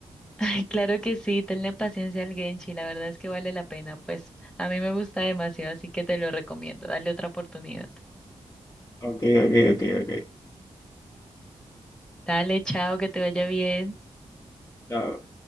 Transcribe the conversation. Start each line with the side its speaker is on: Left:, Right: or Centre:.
Centre: Ay, claro que sí, tenle paciencia al Genshi, la verdad es que vale la pena, pues a mí me gusta demasiado, así que te lo recomiendo, dale otra oportunidad.
Left: Ok, ok, ok, ok.
Centre: Dale, chao, que te vaya bien.
Left: Chao.